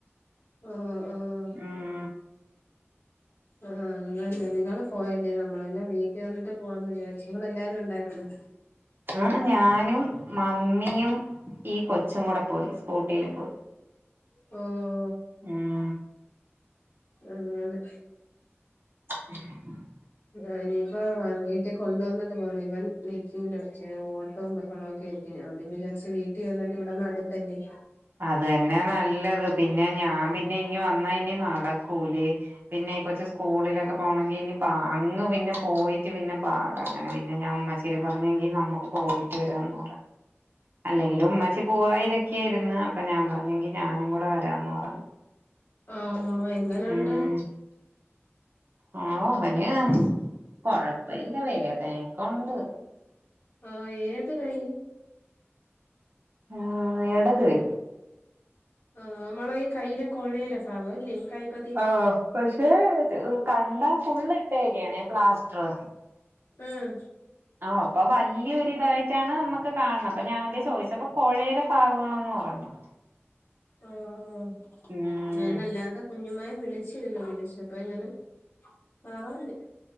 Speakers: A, on the left; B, on the right.
A: ആഹ് ആഹ്
B: ഉം
A: ആഹ് അങ്ങനെ നിങ്ങള പോയല്ലേ നമ്മള് പിന്നെ വീട്ടിൽ വന്നിട്ട് പോവാന്ന് വിചാരിച്ചു എല്ലാരും ഉണ്ടായിരുന്നു
B: ആ ഞാനും മമ്മിയും ഈ കൊച്ചും കൂടെ പോയി സ്കൂട്ടിൽ പോയി
A: ഹോഹ്
B: ഉം
A: അങ്ങനെ
B: ഉ
A: ആ ഇനിയിപ്പോ വീട്ടിൽ കൊണ്ടുവന്നിട്ട് പോന്ന ഇവൻ നിൽക്കൂല ഓട്ടോ ബഹളൊ ക്കെ ആയിരിക്കും ഞാൻ പിനെ വിചാരിച്ച് വീട്ടിൽ വന്നിട്ട് ഇവടന്ന് അടുത്തല്ലേ
B: അത് തന്നെ നല്ലത്. പിന്നെ ഞാൻ പിന്നെ ഇഞി വന്നാ ഇനി നട സ്കൂല് പിന്നെ കൊച്ച് സ്കൂളിലൊക്കെ പോണെങ്കിൽ ഇനി അങ്ങ് പിന്നെ പോയിട്ട് പിന്നെ പാ അങ്ങനെ പിന്നെ ഞാ ഇമ്മ്ച്ചി പറഞ്ഞെങ്കി നമുക്ക് പോയിട്ട് വരാന്ന് പറ അല്ലെങ്കിലും ഉമ്മച്ചി പോവാൻ ഇരെക്കെയായിരുന്നു അപ്പൊ ഞാൻ പറഞ്ഞെങ്കി ഞാനും കൂടെ വരാന്ന് പറഞ്ഞു
A: ആഹ് എങ്ങനുണ്ട്
B: ഉം ആ അവന് കൊഴപ്പില്ല വേദനക്കെ ഉണ്ട്
A: ആഹ് ഏത് കൈ
B: ആഹ് ഇടത് കൈ
A: ആഹ് നമ്മളെ ഈ കൈയ്യിലെ കൊഴേര ഭാകോ അല്ലേ കൈപ്പ
B: ആ പക്ഷേ കണ്ടാ ഫുള്ള് ഇട്ടേക്കണേ പ്ലാസ്റ്റർ
A: ഉം
B: ഓ അപ്പൊ വലിയൊരി ഇതായിട്ടാണ് നമ്മുക്ക് കാണണേ അപ്പൊ ഞാൻ എന്റെ ചോയ്ച്ചപ്പേ കോഴേ പാകമാണെന്ന് എന്ന് പറഞ്ഞു
A: ആഹ്
B: ഉം
A: ഞാനല്ലാതെ കുഞ്ഞുമായെ വിളിച്ചിരുന്നു വിളിച്ചപ്പൊ ഇങ്ങനെ പറഞ്ഞു